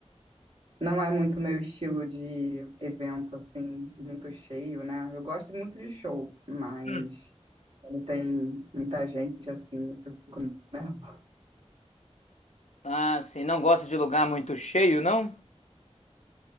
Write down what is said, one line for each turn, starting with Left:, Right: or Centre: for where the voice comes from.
Right: não é muito meu estilo de evento, assim, muito cheio, né? Eu gosto muito de show, mas
Left: Hum.
Right: quando tem muita gente, assim, eu fico nervosa.
Left: Ah, sim. Não gosta de lugar muito cheio, não?